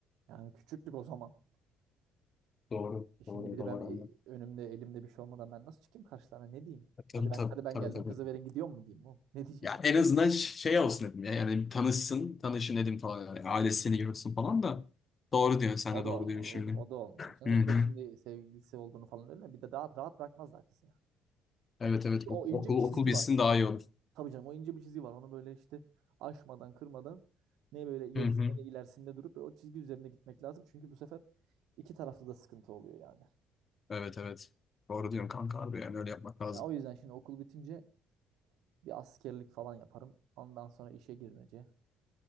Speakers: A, on the right; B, on the left.
A: Yani küçüktük o zaman.
B: doğru.
A: E Şimdi
B: Doğru.
A: bir de
B: Doğru.
A: ben e,
B: anne.
A: önümde elimde bir şey olmadan ben nasıl çıkayım karşılarına ne diyeyim?
B: E, Tabii
A: Hadi ben
B: tabii.
A: hadi ben
B: Tabii
A: geldim
B: tabii.
A: kızı verin gidiyor mu diyeyim o. Ne diyeceğim?
B: Ya en azından ş- şey olsun dedim ya. Yani tanışsın. Tanışın dedim falan. Yani ailesini görsün falan da. Doğru diyorsun. Sen
A: O
B: de
A: da
B: doğru
A: olmaz.
B: diyorsun şimdi.
A: O da, o da olmaz canım.
B: Hı
A: E,
B: hı.
A: Bir de şimdi sevgilisi olduğunu falan öyle bir de daha rahat bırakmazlar kızı ya.
B: Evet evet.
A: O
B: Ok-
A: ince
B: Okul,
A: bir çizgi
B: okul bilsin
A: var.
B: daha iyi olur.
A: Tabii canım o ince bir çizgi var. Onu böyle işte aşmadan kırmadan ne böyle gerisinde
B: Hı hı.
A: ne ilerisinde durup e, o çizgi üzerinde gitmek lazım. Çünkü bu sefer iki tarafta da sıkıntı oluyor yani.
B: Evet evet. Doğru diyorsun kanka abi. Yani öyle yapmak lazım.
A: Ya o yüzden şimdi okul bitince bir askerlik falan yaparım. Ondan sonra işe girmece,